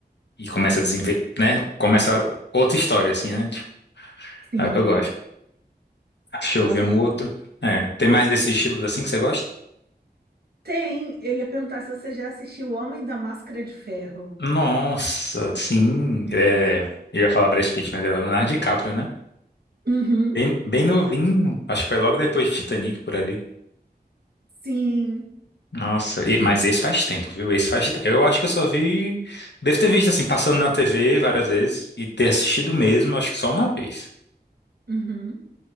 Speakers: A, on the left (about 80°); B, on the right (about 65°).
A: e começa a desenvolver, né? Começa outra história, assim, né? Tipo,
B: sim.
A: ah, eu gosto. Ah, Deixa
B: Nossa,
A: eu ver um outro. É, tem mais desse estilo assim que você gosta?
B: tem. Eu ia perguntar se você já assistiu O Homem da Máscara de Ferro.
A: Nossa, sim. É, eu ia falar Brad Pitt, mas é Leonardo DiCaprio, né?
B: Uhum,
A: Bem, bem novinho. Acho que foi logo depois de Titanic por ali.
B: sim.
A: Nossa, e- mas esse faz tempo, viu? Esse faz tempo. Eu acho que eu só vi. Devo ter visto assim, passando na TV várias vezes e ter assistido mesmo, acho que só uma vez.
B: Uhum.